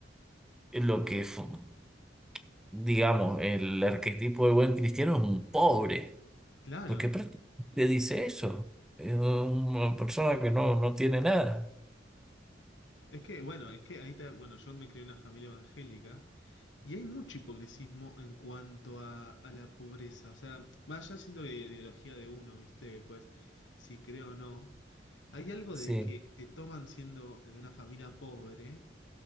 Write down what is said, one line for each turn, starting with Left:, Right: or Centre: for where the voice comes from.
Centre: lo que, fu- digamos, el arquetipo de buen cristiano es un pobre,
Left: Claro,
Centre: porque prácticamente dice eso, es una persona que no, no tiene nada.
Left: es que, bueno, es que ahí está, bueno, yo me crié en una familia evangélica y hay mucho hipocresismo en cuanto a, a la pobreza. O sea, más allá siendo de ideología de uno, ¿viste? Pues, si creo o no, hay algo
Centre: Sí,
Left: de que te toman siendo de una familia pobre